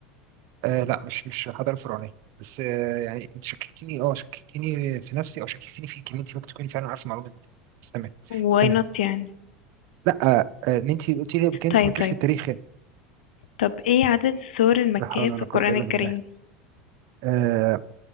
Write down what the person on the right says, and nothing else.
آه لا مش مش حضارة فرعونية بس آه يعني انت شككتني اه شككتني في نفسي او شككتني فيك ان انت ممكن تكوني فعلا عارفه المعلومة دي بس تمام
استنى
لا آه آه، ان انت قلت لي قبل كده انت
مالكيش
في التاريخ يعني
لا حول ولا
قوة الا
بالله آه